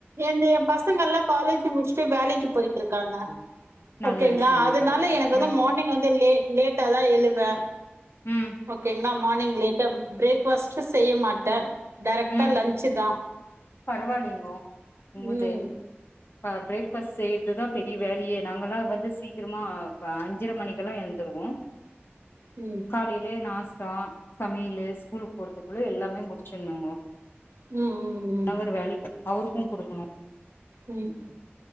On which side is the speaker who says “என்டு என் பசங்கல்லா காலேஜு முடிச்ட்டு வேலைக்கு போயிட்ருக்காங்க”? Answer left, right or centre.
Right